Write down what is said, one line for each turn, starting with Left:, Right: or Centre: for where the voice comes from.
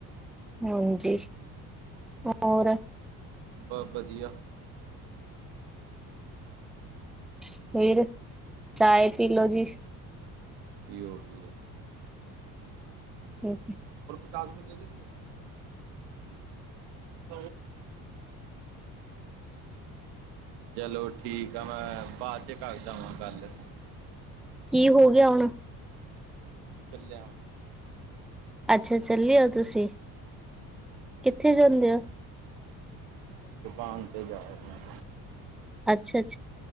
Centre: ਹਾਂਜੀ, ਹੋਰ?
Right: ਬਸ ਵਧੀਆ।
Centre: ਫਿਰ ਚਾਏ <unintelligible> ਪੀ ਲੋੋ ਜੀ।
Right: ਪੀ ਓ ਪੀ ਓ।
Centre: ਮਕ <inaudible>
Right: ਪਚਾਸ <unintelligible> ਰੁਪਏ ਦੇ ਦਿਓ। <inaudible> ਚਲੋ। ਠੀਕ ਆ ਮੈਂ ਬਾਅਦ 'ਚ ਕਰਦਾ ਵਾਂ ਗੱਲ।
Centre: ਕੀ ਹੋ ਗਿਆ ਹੁਣ?
Right: ਮੈਂ ਚੱਲਿਆ ਵਾਂ।
Centre: ਅੱਛਾ, ਚੱਲੇ ਉਹ ਤੁਸੀਂ ਕਿੱਥੇ ਜਾਂਦੇ ਹੋ?
Right: ਦੁਕਾਨ ਤੇ ਜਾ ਰਿਹਾ।
Centre: ਅੱਛਾ ਅੱਛਾ